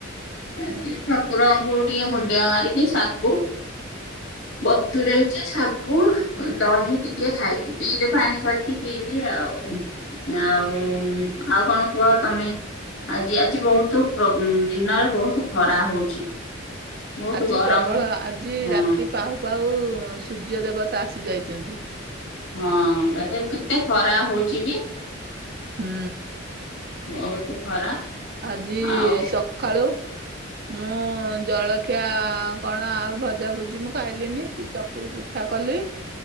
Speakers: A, on the left; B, on the right.
A: ଏଠି ଠାକୁର ଠାକୁରଙ୍କୁ ଟିକେ ମୁଣ୍ଡିଆ ମାରିକି ଶାଗୁ ବତୁୁରେଇଚି। ଶାଗୁ ଦହି ଟିକେ ଖାଇକି ପିଇଦେ ପାଣି କରିକି ପିଇବି ଆଉ। ଆଉ ଆଉ କଣ କୁହ ତମେ? ଆଜି ଆଜି ବହୁତୁ ପ୍ରବ ଦିନରେ ବହୁତୁ ଖରା ହଉଚି। ବହୁତ
B: ଆଜି
A: ଗରମ
B: ପ୍ରବଳ ଆଜି
A: ହଁ
B: ରାତି ପାହୁ ପାହୁ ସୂର୍ଯ୍ୟ ଦେବତା ଆସିଯାଇଚନ୍ତି।
A: ହଁ ଏତେ କେତେ ଖରା ହଉଚି ବି।
B: ହୁଁ।
A: ବହୁତୁ ଖରା।
B: ଆଜି
A: ଆଉ
B: ସଖାଳୁ ମୁଁ ଜଳଖିଆ କଣ ଆଉ ଭଜା ଭୁଜି ମୁଁ ଖାଇଲିନି କିଚ ଚକୁଳି ପିଠା କଲି।